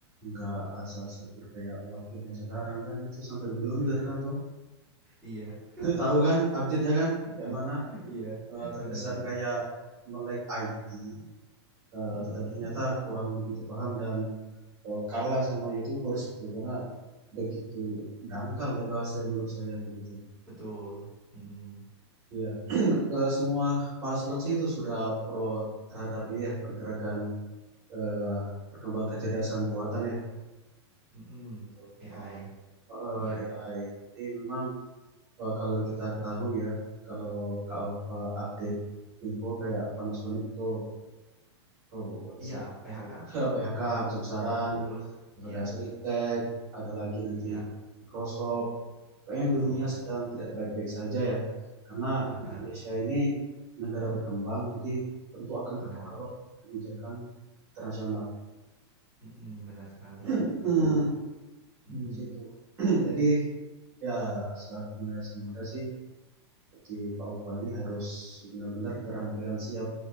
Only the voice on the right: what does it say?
nggak asal sebut kayak wakilnya sekarang kan itu sampai blunder
kan tuh.
<laughs> Tahu kan update-nya kan
kayak mana
eh, terkesan
kayak melek IT, eh,
tetapi ternyata kurang begitu paham dan eh, kalah sama YouTubers gitu karena begitu dangkal ya bahasa yang menurut saya gitu.
Iya, <clears throat> Eh, semua paslon sih itu sudah pro terhadap ini ya pergerakan eh, perkembangan kecerdasan buatan ya
gitu.
Eh,
AI. Jadi memang eh, kalau yang kita ketahui ya kalau Kak Ova update info kayak Panasonic itu oh, listrik.
<laughs> PHK besar-besaran,
terus
<laughs> ada Seritek, ada lagi nanti
Microsoft Kayaknya
dunia sedang tidak baik-baik saja ya, karena
Indonesia ini negara berkembang, jadi tentu akan terpengaruh
kebijakan internasional.
<clears throat>
Hmm,
di situ. <clears throat> Jadi ya selaku generasi muda sih, seperti Pak Opa ini harus benar-benar keterampilan siap